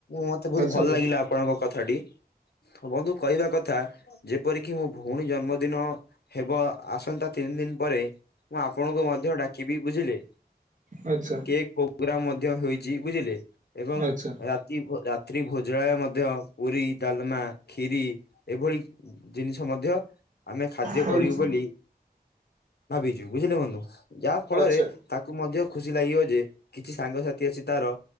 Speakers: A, on the left; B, on the right.
A: ମତେ ବହୁତ
B: ଆଚ୍ଛା
A: ଭଲ ଲାଗିଲା। ଆପଣଙ୍କ କଥାଟି ବନ୍ଧୁ କହିବା କଥା ଯେପରିକି ମୁଁ ଭଉଣୀ ଜନ୍ମଦିନ ହେବ ଆସନ୍ତା ତିନି ଦିନ ପରେ। ମୁଁ ଆପଣଙ୍କୁ ମଧ୍ୟ ଡାକିବି ବୁଝିଲେ
B: ଆଚ୍ଛା
A: କେକ ଓ ପୁରା ମଧ୍ୟ ହୋଇଛି ବୁଝିଲେ ଏବଂ
B: ଆଚ୍ଛା
A: ରା ତି ରାତ୍ରି ଭୋଜଳାୟ ମଧ୍ୟ ପୁରୀ, ଡାଲମା, କ୍ଷୀରି ଏଭଳି ଜିନିଷ ମଧ୍ୟ ଆମେ ଖାଦ୍ୟ
B: ହୋଇଛି
A: କରିବୁ ବୋଲି ଭାବିଛୁ ବୁଝିଲେ ବନ୍ଧୁ ଯାହା ଫଳରେ
B: ଆଚ୍ଛା
A: ତାକୁ ମଧ୍ୟ ଖୁସି ଲାଗିବ ଯେ କିଛି ସାଙ୍ଗସାଥି ଆସି ତାର